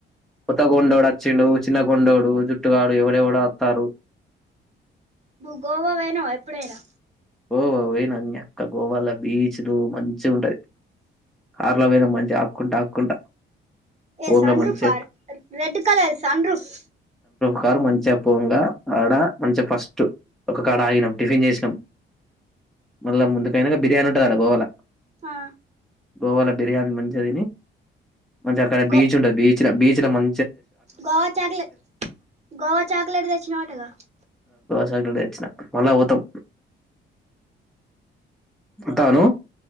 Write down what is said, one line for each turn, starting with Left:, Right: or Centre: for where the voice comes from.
Centre: కొత్త కొండోడు వచ్చిండు చిన్న కొండోడు జుట్టుగాడు ఎవడెవడో వత్తరు
Right: నువ్వు గోవా వెయ్యి నావా ఎప్పుడైనా
Centre: గోవా పోయినా నీ అక్క గోవాలో బీచ్లు మంచి గుంటది కార్లో పోయినాం మంచిగా ఆక్కుంటా ఆక్కుంటా
Right: ఏ
Centre: పోంగా
Right: సాండ్రూఫర్
Centre: మంచిగా
Right: రెడ్ కలర్ సాండ్రూఫ్
Centre: ఒ కారు మంచిగా పోంగా ఆడ మంచిగా ఫస్ట్ ఒక కాడ ఆగినం టిఫిన్ చేసినాం మళ్ళా ముందుకైనా బిర్యానీ ఉంటద అడ గోవాలో
Right: ఆ
Centre: గోవాలో బిర్యానీ మంచిగా తిని మంచిగా అక్కడ
Right: గో
Centre: బీచ్ ఉంటది బీచ్ ల బీచ్ లో మం
Right: గోవా చాక్లె గోవా చాక్లెట్ తెచ్చినా వటగా
Centre: చాక్లెట్ దెచ్చిన మల్ల పోతాం తాను